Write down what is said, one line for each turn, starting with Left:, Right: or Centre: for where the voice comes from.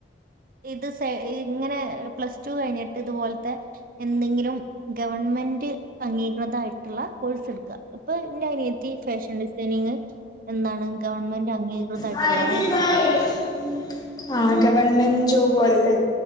Right: ഇത് സയ് ഇങ്ങനെ പ്ലസ് ടു കഴിഞ്ഞിട്ട് ഇതുപോൽത്തെ എന്തെങ്കിലും ഗവൺമെന്റ് അംഗീകൃതായിട്ട്ള്ള കോഴ്സെട്ക്ക ഇപ്പൊ ഇന്റനിയത്തി ഫാഷൻ ഡിസൈനിങ് എന്താണ് ഗവൺമെന്റ് അംഗീകൃതായിട്ട്ള്ളതാ
Left: നല്ലത്
Right: ഇട്ത്തിട്ടിള്ളത്
Left: ആഹ് ഗവൺമെന്റ് ജോബ് പോലെല്ലെ